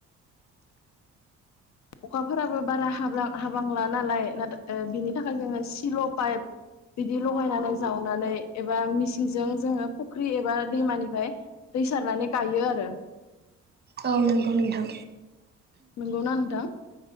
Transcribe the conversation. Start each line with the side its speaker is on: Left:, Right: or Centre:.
Left: अखाफोराबो बारा हाबलां हाबालां नालाय नाथाय बिनि थाखाय जोङो सिल' पाइप बिदि लगायनानै जावनानै एबा मिसिंजों जोङो फुख्रि एबा दैमानिफ्राय दै सारनानै गायो आरो।
Right: औ नंगौ नोंथां।
Left: नंगौना नोंथां